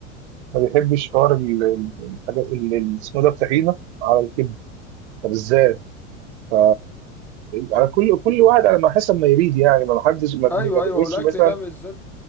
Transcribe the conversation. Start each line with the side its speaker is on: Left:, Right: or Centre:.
Right: ما بيحبش حوار ال- ال- الحاجات اللي اسمه ده الطحينه على الكبده طب ازاي؟ ف على كل كل واحد على ما حسب ما يريد يعني ما حدش ما بن-
Centre: ايوه
Right: ما بنقولش
Centre: ايوه والاكل
Right: مثلا
Centre: ده بالذات